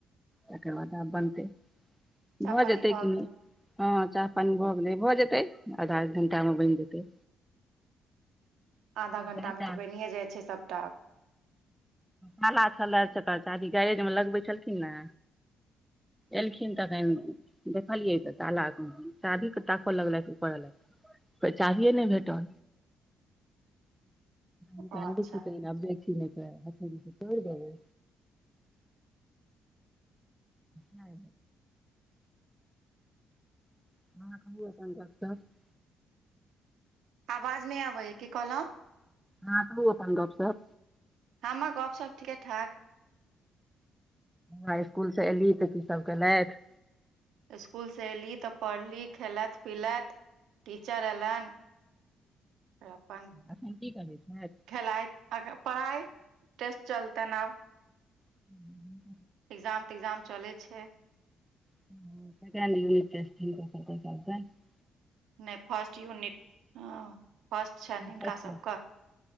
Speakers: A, in the centre; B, on the right.
A: तकर बाद आब बनतै
B: चाह
A: भऽ
B: पानी
A: जेतै कि
B: गेल
A: नहि हँ चाह पानि भऽ गेलै भऽ जेतै आधा घंटा मे बनि जेतै
B: आधा घंटा
A: हँ
B: मे तऽ बनिेए जाइ छै सबटा आ
A: खाना छलए चारचक्का गरेज मे लगबै छलखिन ने एलखिन तखन देखलियै तऽ तालाक शादी के ताकऽ लगलथि ओ करलक को चाभीए नहि भेटल
B: ओ
A: निकाल
B: अच्छा
A: देतीए नहि ह कर जाबै नै <unintelligible>
B: आवाज नहि आबैया की कहलहु
A: अहा कहुं अपन गप सब
B: ह हमर गप सप ठीके ठाक
A: ह स्कूल से एली तऽ की सभ कैलथ
B: स्कूल से एऐली तऽ पढ़ली खेलत पिलत टीचर ऐलन अपन
A: एखन की करै छथि
B: खेलाएत अ पढ़ाइ टेस्ट चलते आब
A: ह
B: इज़ाम तग्जाम चलै छै
A: त क कर <unintelligible>
B: नहि फर्स्ट यूनिट हा फर्स्ट छैन हिनका
A: फर्स्ट
B: सबके